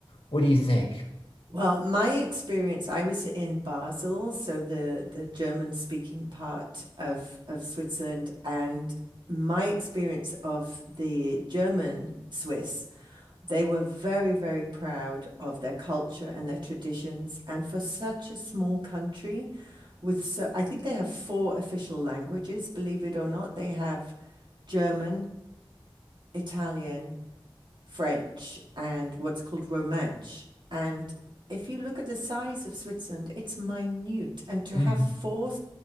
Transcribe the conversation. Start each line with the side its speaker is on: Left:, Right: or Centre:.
Left: what do you think?
Right: Well, my experience, I was in Basel, so the the German speaking part of of Switzerland, and my experience of the German Swiss They were very, very proud of their culture and their traditions. And for such a small country, with so, I think they have four official languages, believe it or not. They have German, Italian, French, and what's called Romance. And if you look at the size of Switzerland, it's minute. And to
Left: Mm-hmm.
Right: have four